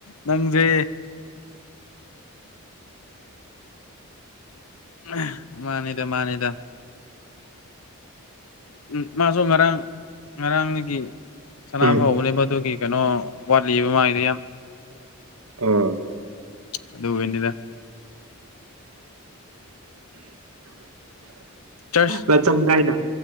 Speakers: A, on the left; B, on the right.
A: ꯅꯪꯖꯦ꯫ ꯑꯝꯍ ꯃꯥꯅꯤꯗ ꯃꯥꯅꯤꯗ꯫ ꯎꯝ ꯃꯥꯖꯨ ꯉꯔꯥꯡ ꯉꯔꯥꯡꯗꯒꯤ ꯁꯅꯥꯅꯕ
B: ꯎꯝ ꯎꯝ
A: ꯍꯧꯕꯅꯦꯕ ꯑꯗꯨꯒꯤ꯫ ꯀꯅꯣ ꯋꯥꯠꯂꯤꯕ ꯃꯥꯏꯗꯤ ꯌꯥꯝ꯫
B: ꯑ
A: ꯑꯗꯨꯒꯤꯅꯤꯗ꯫ ꯆꯔꯆ
B: ꯂ ꯆꯝ ꯒꯥꯏꯅ꯫